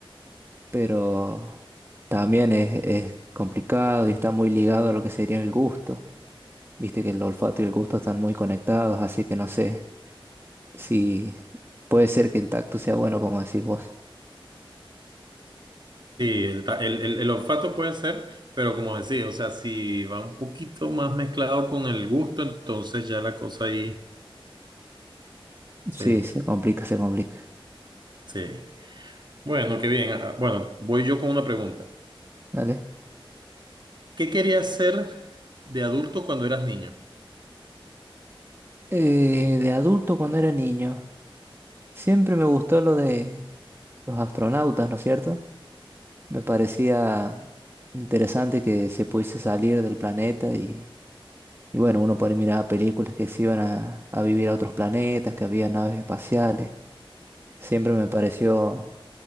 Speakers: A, on the right; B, on the right.
A: pero también es, es complicado y está muy ligado a lo que sería el gusto. Viste que el olfato y el gusto están muy conectados, así que no sé si puede ser que el tacto sea bueno como decís vos.
B: Sí, el, ta- el, el- el olfato puede ser, pero como decía, o sea, si va un poquito más mezclado con el gusto, entonces ya la cosa ahí, sí,
A: Sí, se complica, se complica.
B: sí. Bueno, qué bien. Ah, Bueno, voy yo con una pregunta.
A: ¿Vale?
B: ¿Qué querías ser de adulto cuando eras niño?
A: Eh, de adulto cuando era niño, siempre me gustó lo de los astronautas, ¿no es cierto? Me parecía interesante que se pudiese salir del planeta y, y bueno, uno por ahí miraba películas que se iban a, a vivir a otros planetas, que había naves espaciales. Siempre me pareció